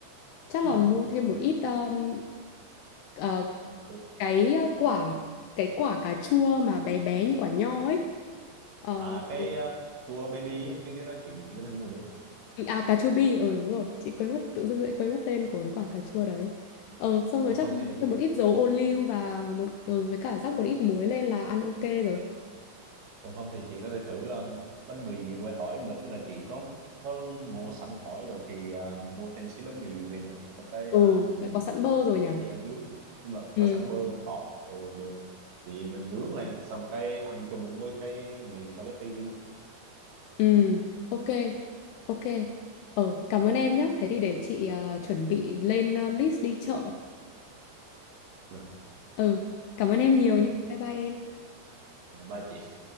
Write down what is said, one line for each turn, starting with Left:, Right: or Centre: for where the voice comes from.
Left: chắc
Right: Hả?
Left: là mua thêm một ít ờm, ờ,
Right: Được.
Left: cái quả cái quả cà chua mà bé bé như quả nho ấy. Ờ,
Right: à cái
Left: ừ,
Right: ờ, cà chua baby ấy, cái cái đó chị chỉ có thể mua được
Left: À cà chua bi, ừ đúng rồi Chị quên mất, tự dưng lại quên mất tên của cái quả cà chua đấy Ờ xong rồi
Right: còn
Left: chắc
Right: không
Left: là
Right: thì
Left: mua thêm một ít dầu ô liu Và một ừ, với cả rắc một ít muối lên là ăn ok rồi
Right: còn không thì chị có thể thử ờ, bánh mì que tỏi cũng được ý là chị có có mua sẵn tỏi rồi thì ờ, mua thêm xí bánh mì về nữa xong cái
Left: Ừ.
Right: ờ, mình
Left: Đã có sẵn bơ rồi nhở
Right: đi ăn nướng nhưng mà
Left: Ừ,
Right: có sẵn bơ tỏi đồ đồ thì mình nướng lên xong cái ăn chung với cái mì spaghetti luôn
Left: ừ, ok, ok Ờ cảm ơn em nhé Thế thì để chị ờ, chuẩn bị lên ờ, list đi chợ
Right: ừ.
Left: Ừ, cảm ơn em nhiều
Right: ok ạ.
Left: nhé Bye bye em
Right: Là ba chị